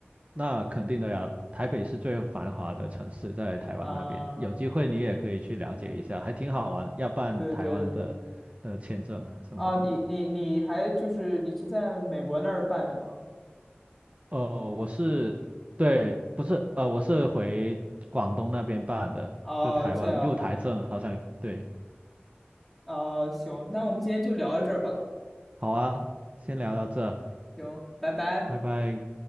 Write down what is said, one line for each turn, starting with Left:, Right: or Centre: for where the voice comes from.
Right: 那肯定的呀，台北是最繁华的城市，在台湾那边，
Centre: 啊，
Right: 有机会你也可以去了解一下，还挺好玩要办台湾的的签证啊什么的。
Centre: 对对对啊，你你你还就是你是在美国那儿办的吗？
Right: 呃，我是，对，不是，呃，我是回广东那边办的，
Centre: 啊，
Right: 就台湾入台证，
Centre: 这样
Right: 好像，对，
Centre: 啊，行，那我们今天就聊到这儿吧。
Right: 好啊，先聊到这，
Centre: 行，拜拜。
Right: 拜拜。